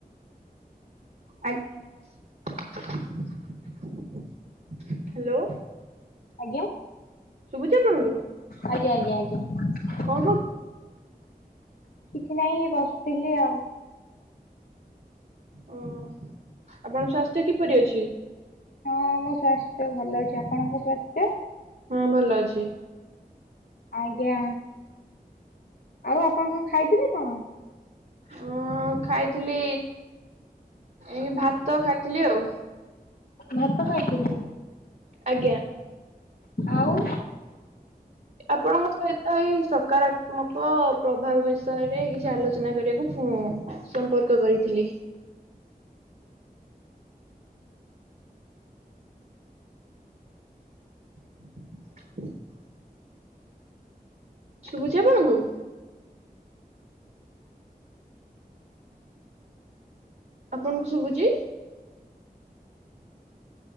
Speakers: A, on the right (about 60°); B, on the left (about 70°).
A: ଆ ହ୍ୟାଲୋ
B: ଆଜ୍ଞା
A: ଶୁଭୁଛି ଆପଣଙ୍କୁ?
B: ଆଜ୍ଞା ଆଜ୍ଞା ଆଜ୍ଞା
A: କଣ କରୁ
B: କିଛି ନାହିଁ ବସିଥିଲି ଆଉ।
A: ହୁଁ, ଆପଣଙ୍କ ସ୍ୱାସ୍ଥ୍ୟ କିପରି ଅଛି?
B: ହଁ ଆମ ସ୍ୱାସ୍ଥ୍ୟ ଭଲ ଅଛି, ଆପଣଙ୍କ ସ୍ବାସ୍ଥ୍ୟ?
A: ହଁ ଭଲ ଅଛି।
B: ଆଜ୍ଞା ଆଉ ଆପଣ କଣ ଖାଇଥିଲେ କଣ?
A: ହଁ ଖାଇଥିଲି ଏ ଭାତ ଖାଇଥିଲି ଆଉ।
B: ଭାତ ଖାଇଥିଲେ?
A: ଆଜ୍ଞା
B: ଆଉ
A: ଆପଣଙ୍କ ସହିତ ଏଇ ସକାରାତ୍ମକ ପ୍ରଭାବ ବିଷୟରେ କି ସେ ଆଲୋଚନା କରିବାକୁ, ସମ୍ପର୍କ କରିଥିଲି। <unintelligible> ଶୁଭୁଛି ଆପଣଙ୍କୁ? ଆପଣଙ୍କୁ ଶୁଭୁଛି?